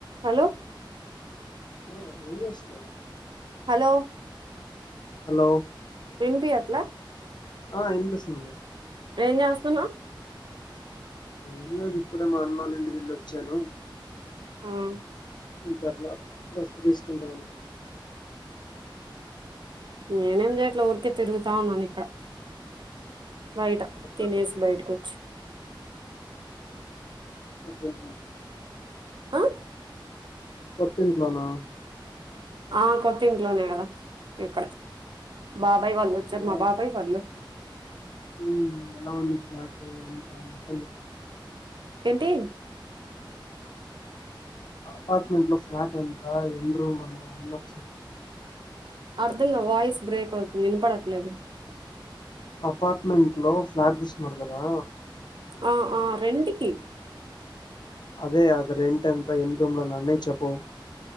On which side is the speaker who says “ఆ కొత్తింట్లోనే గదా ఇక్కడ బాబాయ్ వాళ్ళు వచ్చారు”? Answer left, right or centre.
Right